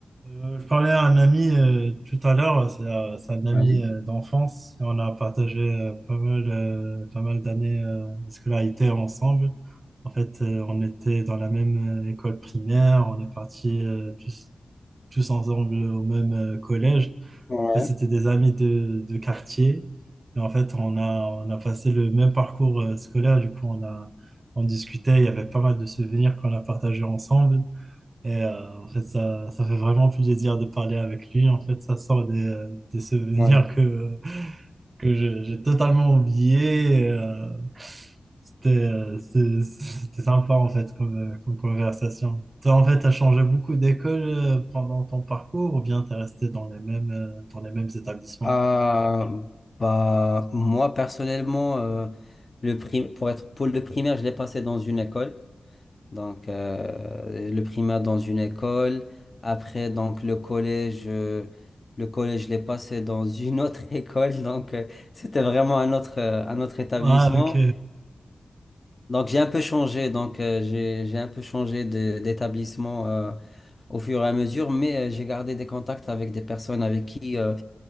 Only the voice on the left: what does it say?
Ouais,
ouais,
ouais.
Euh, bah, moi, personnellement, euh, le prim- pour être, pour le primaire, je l'ai passé dans une école. Donc, euh, le primaire dans une école. Après, donc, le collège, euh, le collège, je l'ai passé dans une autre <laughs> école. Donc, euh, c'était vraiment un autre, euh, un autre établissement.
Donc j'ai un peu changé, donc euh, j'ai j'ai un peu changé de- d'établissement euh, au fur et à mesure, mais euh, j'ai gardé des contacts avec des personnes avec qui euh,